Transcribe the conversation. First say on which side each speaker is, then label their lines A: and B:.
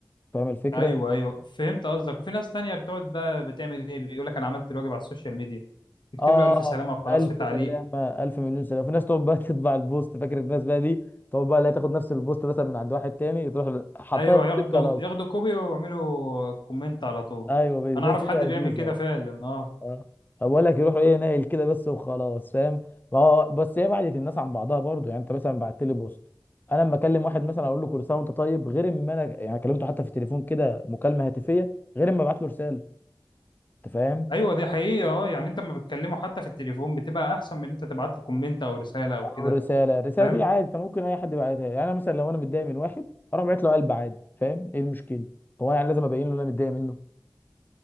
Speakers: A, on the left; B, on the left.
A: فاهم الفكره
B: ايوه ايوه فهمت قصدك وفي ناس تانية بتقعد بقى بتعمل ايه بيقول لك انا عملت الواجب على السوشيال ميديا يكتب
A: اه
B: له الف سلامة وخلاص
A: الف
B: في تعليق
A: سلامه الف مليون سلامه في ناس تقعد بقى <laughs> تطبع البوست فاكر الناس بقى دي تقعد بقى لا تاخد نفس البوست مثلا من عند واحد تاني تروح حطها
B: ايوه ياخدوا
A: في خلاص
B: ياخدوا كوبي ويعملوا كومنت على طول
A: ايوه الناس
B: انا اعرف
A: دي
B: حد
A: لذيذه
B: بيعمل كده فعلا اه
A: اه بقول لك يروحوا ايه ناقل كده بس وخلاص فاهم ما هو بس هي بعدت الناس عن بعضها برضو يعني انت مثلا بعت لي بوست انا لما اكلم واحد مثلا اقول له كل سنه وانت طيب غير اما انا يعني كلمته حتى في التليفون كده مكالمه هاتفيه غير اما ابعت له رساله انت فاهم
B: ايوه دي حقيقه اه يعني انت لما بتكلمه حتى في التليفون بتبقى احسن من ان انت تبعت له كومنت او رساله او
A: او
B: كده
A: رساله الرساله
B: فاهم
A: دي عادي انت ممكن اي حد يبعتها لي. يعني انا مثلا لو انا متضايق من واحد اروح بعت له قلب عادي فاهم ايه المشكله هو انا يعني لازم ابين له إن انا متضايق منه